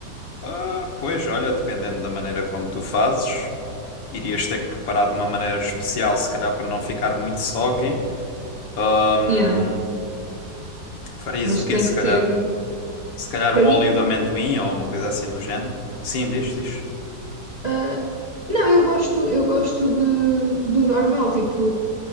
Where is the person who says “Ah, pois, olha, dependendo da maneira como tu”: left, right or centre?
Left